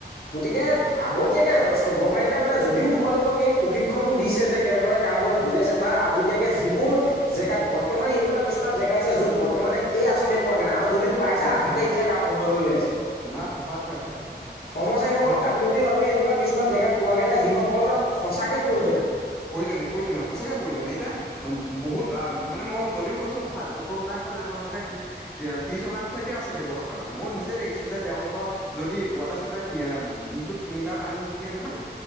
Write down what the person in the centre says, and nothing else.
নাই
পোৱা নাই
পোৱা
নাই হয় হয় হয় হয় হয়
হয়
হয়
প্ৰয়োজনীয় প্ৰয়োজনীয় সঁচাকে প্ৰয়োজনীয় এতিয়া। বহুত আ মানে মই যদিও কৈছো সাত সত্তৰ শতাংশ ব্যৱহাৰ নকৰে তি এতিয়া ত্ৰিশ শতাংশ এতিয়াও আছে ব্যৱহাৰ কৰা মানুহ মই নিজে দেখিছোঁ যে তেওঁলোকৰ যদি ৱাটাৰ চাপ্লাই, তি আ দিনটোত তিনিবাৰ পানী নিদিয়ে নহয়।